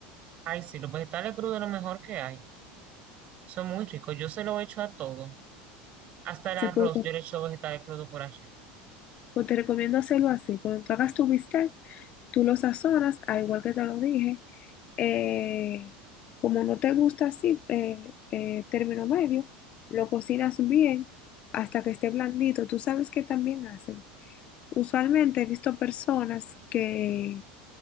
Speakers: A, on the right; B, on the left.
A: Ay, sí, los vegetales crudos es lo mejor que hay. Son muy ricos. Yo se lo echo a todo. Hasta el
B: Se
A: arroz,
B: puede-
A: yo le echo vegetales crudos por arriba.
B: pues te recomiendo hacerlo así. Cuando tú hagas tu bistec, Tú lo sazonas, al igual que te lo dije. eh, como no te gusta así, eh, eh, término medio, lo cocinas bien hasta que esté blandito. Tú sabes que también hacen. Usualmente he visto personas que